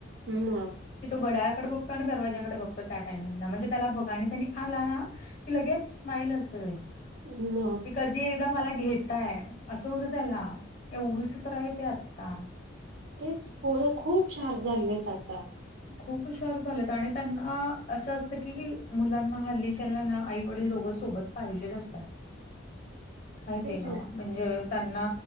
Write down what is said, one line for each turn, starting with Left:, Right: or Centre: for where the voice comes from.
Right: मग
Left: की तो घड्याकडे बघतो आणि दरवाज्याकडे बघतो त्या टायमिंगला म्हणजे त्याला बघाणी त्यांनी आला ना त लगेच स्माईल अस अ
Right: ह म
Left: क कधी एकदा मला घेताय असं होतं त्याला एवढीच तर आहे ते आता
Right: तेच पोरं खूप शार्प झालेत आता
Left: खूप हुशार झालेत आणि त्यांना असं असतं की मुलांना हल्लीच्याला ना आई वडील दोघं सोबत फावजी नसतात.
Right: <inaudible>
Left: माहित
Right: तेच
Left: आहे का
Right: ना.
Left: म्हणजे त्यांना